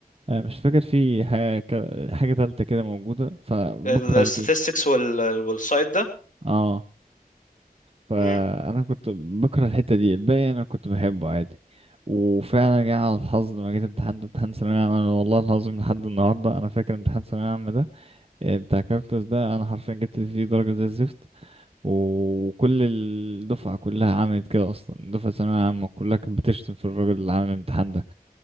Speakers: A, on the right; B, on the left.
A: آه، مش فاكر في حاجه حاجه تالته كده موجوده فبكره
B: الستاتستكس
A: الجزء
B: وال والسايد ده
A: اه فانا
B: امم
A: كنت بكره الحته دي الباقي انا كنت بحبه عادي وفعلا جه على الحظ لما جيت امتحان امتحان ثانوية عامة أنا والله العظيم لحد النهاردة أنا فاكر امتحان ثانوية عامة ده آه، بتاع كالكولس ده أنا حرفيا جبت فيه درجة زي الزفت وكل الدفعة كلها عملت كده أصلا دفعة ثانوية عامة كلها كانت بتشتم في الراجل اللي عامل الامتحان ده